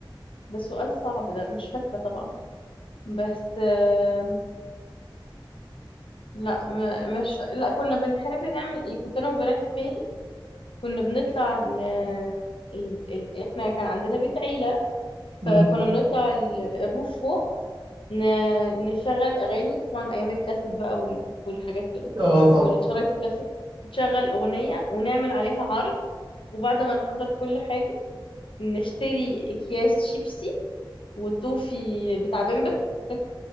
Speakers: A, on the left (about 80°); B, on the right (about 70°).
A: ده سؤال صعب ده مش فاكرة طبعا بس أه لا م- مش فا- لا كنا بنحب نعمل ايه كنت انا وبنات خالي كنا بنطلع ن... ال... ال... احنا كان عندنا بيت عيلة
B: امم
A: فكنا بنطلع ال- الروف فوق ن... نشغل اغاني طبعا ايام الكاسيت بقى وال... والحاجات كده
B: اه طبعا
A: والشرايط الكاسيت نشغل اغنية ونعمل عليها عرض وبعد ما نحضر كل حاجة نشتري اكياس شيبسي والتوفي بتاع بمبم فاكر